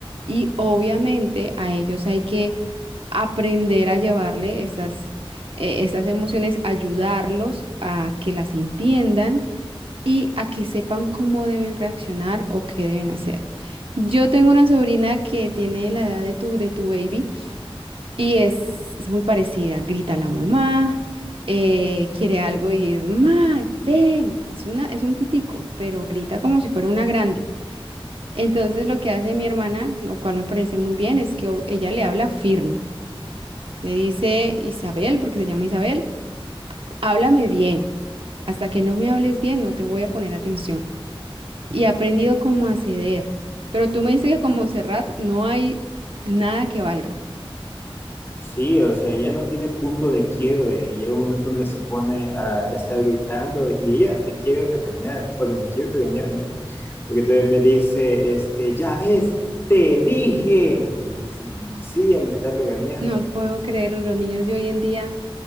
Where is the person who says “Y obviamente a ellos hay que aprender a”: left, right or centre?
Right